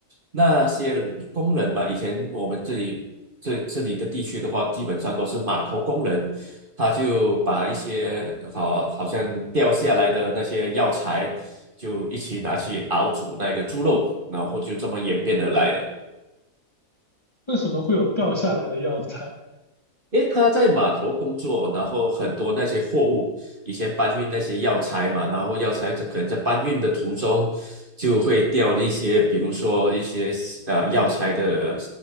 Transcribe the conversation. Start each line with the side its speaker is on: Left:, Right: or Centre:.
Right: 那些工人嘛，以前我们这里这这里的地区的话，基本上都是码头工人。他就把一些好好像掉下来的那些药材，就一起拿去熬煮那个猪肉，然后就这么演变而来的。
Left: 为什么会有掉下来的药材？
Right: 因为他在码头工作，然后很多那些货物，以前搬运那些药材嘛，然后药材这可能在搬运的途中就会掉那些，比如说一些呃药材的